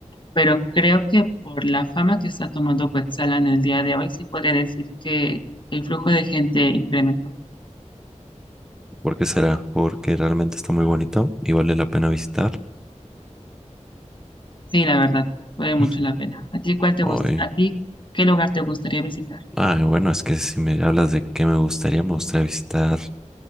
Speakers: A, on the left (about 40°); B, in the centre.
A: pero creo que por la fama que está tomando Cuetzalan en el día de hoy, sí podría decir que el flujo de gente incrementó.
B: ¿por qué será? Porque realmente está muy bonito y vale la pena visitar.
A: Sí, la verdad, vale mucho
B: <laughs>
A: la pena. ¿A ti cuál te gusta?
B: Ay,
A: ¿A ti qué lugar te gustaría visitar?
B: Ay, bueno, es que si me hablas de qué me gustaría, me gustaría visitar